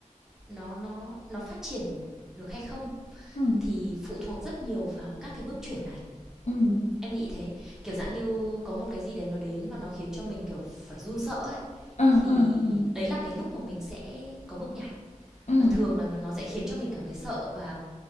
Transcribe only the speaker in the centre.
nó nó nó phát triển được hay không
thì phụ thuộc rất nhiều vào các cái bước chuyển này
em nghĩ thế kiểu dạng như có một cái gì đấy nó đến và nó khiến cho mình kiểu phải run sợ ấy
thì
đấy là cái lúc mà mình sẽ có bước nhảy
và thường là nó sẽ khiến cho mình cảm thấy sợ và